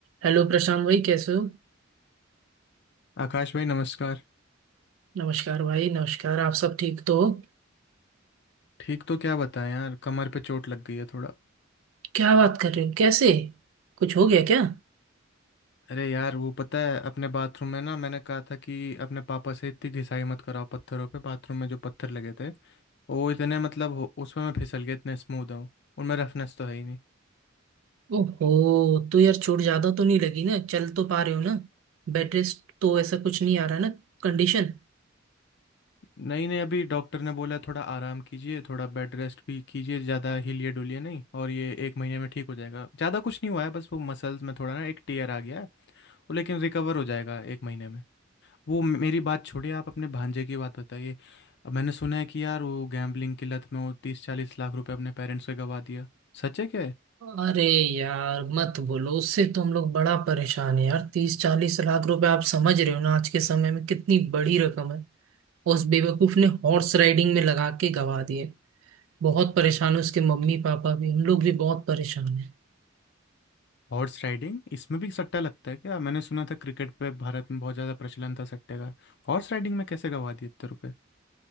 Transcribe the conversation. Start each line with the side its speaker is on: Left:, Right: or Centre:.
Right: Hello Prashant भाई कैसे हो
Left: आकाश भाई नमस्कार
Right: नमस्कार भाई नमस्कार आप सब ठीक तो हो
Left: ठीक तो क्या बताएं यार कमर पे चोट लग गई है थोड़ा
Right: क्या बात कर रहे हो कैसे कुछ हो गया क्या
Left: अरे यार वो पता है अपने बाथरूम में ना मैंने कहा था कि अपने पापा से इतनी घिसाई मत कराओ पत्थरों पे बाथरूम में जो पत्थर लगे थे वो इतने मतलब हो- उसमें मैं फिसल गया इतने स्मूथ हूँ उनमें रफनेस तो है ही नहीं
Right: ओहो तो यार चोट ज्यादा तो नहीं लगी ना चल तो पा रहे हो ना बेड रेस्ट तो ऐसा कुछ नहीं आ रहा ना कंडीशन
Left: नहीं नहीं अभी डॉक्टर ने बोला है, थोड़ा आराम कीजिए थोड़ा बेड रेस्ट भी कीजिए ज़्यादा हिलिए डुलिए नहीं और ये एक महीने में ठीक हो जाएगा ज़्यादा कुछ नहीं हुआ है बस वो मसल्स में थोड़ा ना एक टेयर आ गया है वो लेकिन रिकवर हो जाएगा एक महीने में वो मे- मेरी बात छोड़िए आप अपने भांजे की बात बताइए अब मैंने सुना है कि यार वो गैम्बलिंग की लत में वो तीस चालीस लाख रुपए अपने पेरेंट्स के गवा दिया सच है क्या है
Right: अरे यार मत बोलो उससे तो हम लोग बड़ा परेशान है यार तीस चालीस लाख रुपए आप समझ रहे हो ना आज के समय में कितनी बड़ी रकम है उस बेवकूफ ने हॉर्स राइडिंग में लगा के गवा दिए बहुत परेशान है उसके मम्मी पापा भी हम लोग भी बहुत परेशान है
Left: हॉर्स राइडिंग इसमें भी सट्टा लगता है क्या मैंने सुना था क्रिकेट पे भारत में बहुत ज़्यादा प्रचलन था सट्टे का हॉर्स राइडिंग में कैसे गवा दिए इतने रुपए